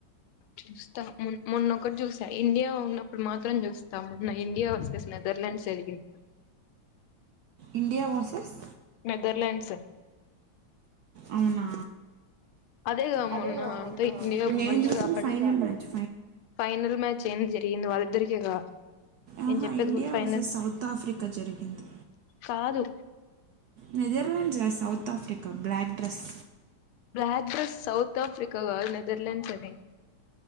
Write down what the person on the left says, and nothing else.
చూస్తా మొన్ మొన్నొకటి చూసా ఇండియా ఉన్నప్పుడు మాత్రం చూస్తా మొన్న ఇండియా వర్సస్ నెదర్లాండ్ జరిగింది
నెదర్ల్యాండ్స్
అదేగా
మొన్న
అంతా ఇండియా
మంచిగా
ఆడే
ఫైనల్ మ్యాచ్ ఏం జరిగింది వాళ్ళిద్దరికేగా
నేను చెప్పేది
కూడా final
కాదు
black dress South Africa కాదు నెదర్లాండ్స్ అది